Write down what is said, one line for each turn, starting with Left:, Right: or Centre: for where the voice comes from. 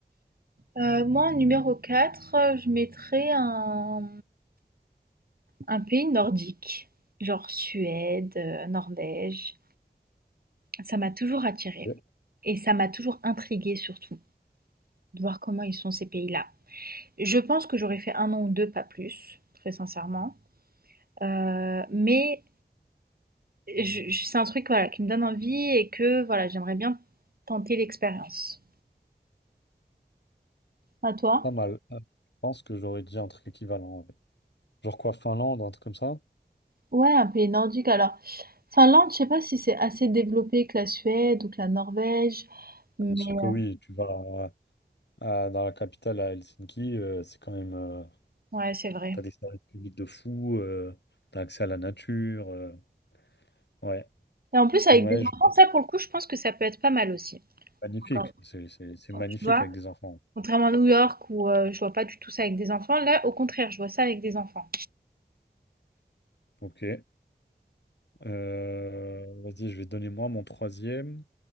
Right: Euh, moi, en numéro 4, euh, je mettrais un, un pays nordique, genre Suède, euh, Norvège. Ça m'a toujours attirée
Left: Ouais.
Right: et ça m'a toujours intriguée surtout de voir comment ils sont ces pays-là. Je pense que j'aurais fait un an ou deux, pas plus, très sincèrement. Euh, mais je- je- c'est un truc voilà, qui me donne envie et que voilà, j'aimerais bien tenter l'expérience. À toi?
Left: Pas mal. Ah. Je pense que j'aurais dit un truc équivalent. ouais. Genre quoi, Finlande, un truc comme ça?
Right: Ouais, un pays nordique alors. Finlande, je sais pas si c'est assez développé que la Suède ou que la Norvège, mais
Left: Bien sûr
Right: euh,
Left: que oui, tu vas à- à- dans la capitale à Helsinki, euh, c'est quand même. euh,
Right: Ouais, c'est vrai.
Left: t'as des services publics de fou, euh, t'as accès à la nature. euh, ouais.
Right: et en plus avec
Left: Ouais,
Right: des
Left: je-
Right: enfants, Ça, pour le coup, je pense que ça peut être pas mal aussi.
Left: magnifique.
Right: Encore,
Left: C'est c'est- c'est magnifique
Right: tu vois,
Left: avec des enfants.
Right: contrairement à New York où euh, je vois pas du tout ça avec des enfants, là, au contraire, je vois ça avec des enfants.
Left: Ok. Euh, vas-y, je vais donner moi mon troisième.